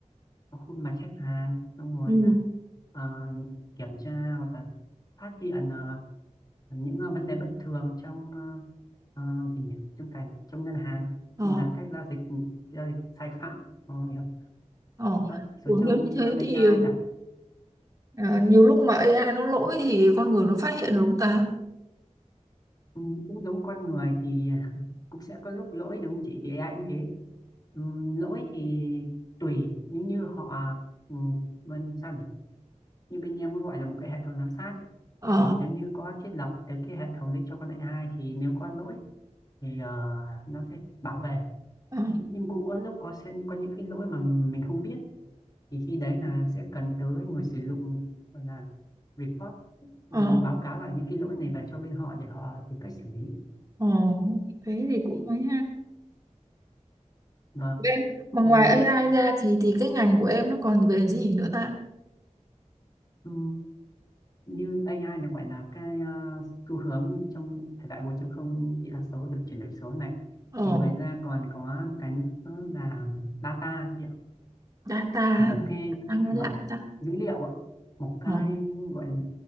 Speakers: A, on the left; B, on the right.
A: uh, khuôn mặt khách hàng xong rồi
B: Ừ.
A: là ờ, kiểm tra hoặc là phát hiện ờ, những ờ, vấn đề bất thường trong ờ, ờ, gì nhỉ? trong tài trong ngân hàng
B: Ừ.
A: như là các giao dịch giao dịch sai phạm rồi
B: Ờ,
A: có rồi
B: ừ,
A: trong
B: nếu như thế
A: ờ,
B: thì
A: a i đặt
B: ờ, nhiều lúc mà AI nó lỗi thì con người nó phát hiện được không ta?
A: Ừ, cũng giống con người thì <laughs> cũng sẽ có lúc lỗi đúng không chị thì ai cũng thế Ừm, lỗi thì tùy nếu như họ ừ, bên sao nhỉ như bên em có gọi là một cái hệ thống giám sát ấy.
B: Ờ,
A: thì nếu như có thiết lập tới cái hệ thống đấy cho con AI thì nếu có lỗi thì ờ, nó sẽ bảo vệ
B: ờ,
A: nhưng cũng có lúc có sẽ có những cái lỗi mà mình không biết thì khi đấy là sẽ cần tới người sử dụng gọi là report
B: ờ,
A: ừm, báo cáo lại những cái lỗi này về cho bên họ để họ tìm cách xử lý
B: ờ, thế thì cũng mới ha.
A: và
B: Em, mà
A: Ừ,
B: ngoài AI ra thì thì cái ngành của em nó còn về gì nữa ta?
A: ừ, như AI là gọi là cái ờ, xu hướng trong thời đại 4 không kỹ thuật số được chuyển đổi số này
B: Ờ,
A: thì ngoài ra còn có một cái nữa là data chị ạ
B: data,
A: một cái
B: data
A: chuyện
B: nghe
A: mà
B: lại ta.
A: dữ liệu ạ một cái
B: Ờ,
A: gọi là,